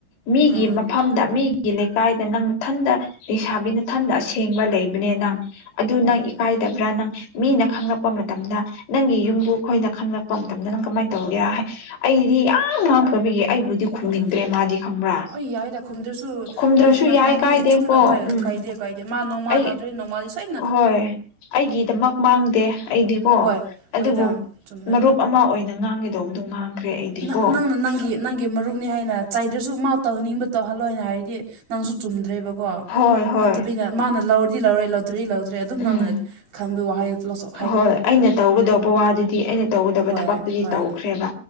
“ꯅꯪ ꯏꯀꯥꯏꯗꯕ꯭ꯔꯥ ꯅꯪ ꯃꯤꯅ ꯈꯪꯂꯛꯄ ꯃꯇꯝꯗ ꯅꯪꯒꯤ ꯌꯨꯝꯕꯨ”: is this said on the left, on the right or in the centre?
Left